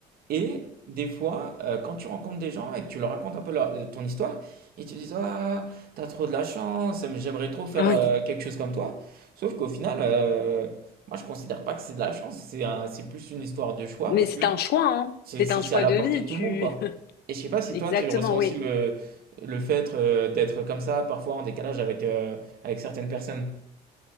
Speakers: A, on the right; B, on the left.
A: Et des fois, euh, quand tu rencontres des gens et que tu leur racontes un peu leur- euh, ton histoire, ils te disent Ah, t'as trop de la chance, mais j'aimerais trop faire
B: Oui.
A: euh, quelque chose comme toi. Sauf qu'au final, euh, moi je considère pas que c'est de la chance, c'est un- c'est plus une histoire de choix
B: Mais
A: parce
B: c'est
A: que
B: un choix, hein.
A: c'est
B: C'est
A: c'est-
B: un
A: c'est
B: choix
A: à la
B: de
A: portée
B: vie,
A: de tout
B: tu...
A: le monde, quoi.
B: <laughs>
A: Et je sais pas si
B: Exactement,
A: toi tu ressens
B: oui.
A: aussi le, le fait euh, d'être comme ça, parfois en décalage avec, euh, avec certaines personnes.